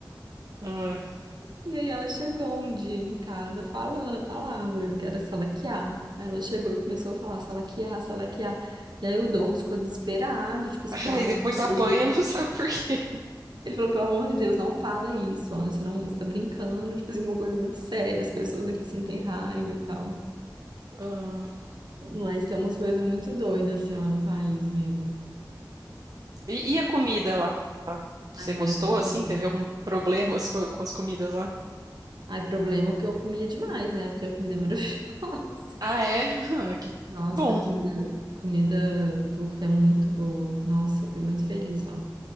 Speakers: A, on the right; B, on the right.
A: Ah.
B: E aí ela chegou um dia em casa falando a palavra, que era salaquear. Aí ela chegou e começou a falar salaquear, salaquear. E aí o Douglas ficou desesperado, tipo assim,
A: <laughs>
B: pelo
A: Aí
B: amor
A: depois
B: de
A: apanha,
B: Deus.
A: <laughs> não sabe por quê.
B: Ele falou, pelo amor de Deus, não fala isso, Ana, você não, você tá brincando, tipo assim, uma coisa muito séria, as pessoas aqui sentem raiva e tal.
A: Ah.
B: Mas tem umas coisas muito doidas, assim, lá no país mesmo.
A: E, e a comida lá? Você
B: Ai, maravilhosa.
A: gostou assim? Teve algum problemas com, com as comidas lá?
B: Ai, problema que eu comia demais, né? Porque a comida é maravilhosa. <laughs>
A: Ah, é? Ah, que
B: Nossa,
A: bom.
B: comida, comida turca é muito boa. Nossa, eu fui muito feliz lá